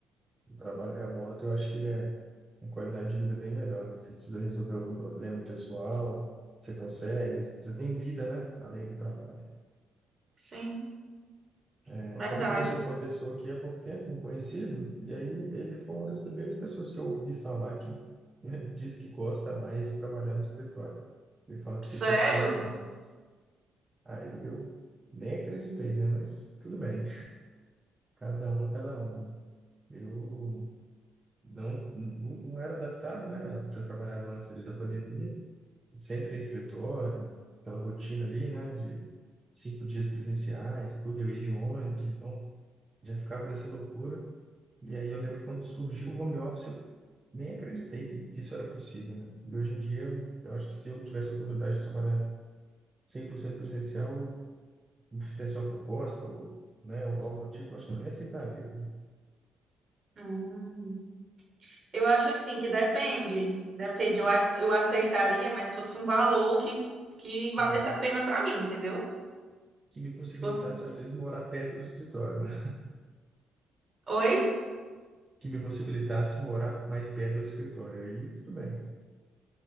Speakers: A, on the right; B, on the right.
A: O trabalho remoto, eu acho que ele é. uma qualidade de vida bem melhor, né? Você precisa resolver algum problema pessoal, você consegue, você tem vida, né? Além do trabalho.
B: Sim,
A: É,
B: verdade.
A: Eu estava conversando com uma pessoa aqui há pouco tempo, um conhecido, e aí ele foi uma das primeiras pessoas que eu ouvi falar que né, diz que gosta mais de trabalhar no escritório. Ele fala que
B: Sério?
A: se concentra mais. Aí eu nem acreditei, né? Mas tudo bem, cada uma, cada uma. Eu não, não não era adaptado, né? Eu já trabalhava antes ali da pandemia, sempre em escritório, aquela rotina ali, né, de cinco dias presenciais, tudo, eu ia de ônibus, então já ficava nessa loucura. E aí eu lembro quando surgiu o home office, eu nem acreditei que, que isso era possível, né? E hoje em dia, eu, eu acho que se eu tivesse a oportunidade de trabalhar 100% presencial, eu me fizesse uma proposta, ou, né, ou algo do tipo, eu acho que eu nem aceitaria, né?
B: Hum. Eu acho assim que depende. Depende. Eu, ace- eu aceitaria, mas se fosse um valor que, que valesse
A: Que
B: a pena para mim, entendeu?
A: que me possibilitasse,
B: Se fosse.
A: às vezes, morar perto do escritório, né?
B: Oi?
A: Que me possibilitasse morar mais perto do escritório. Aí, tudo bem.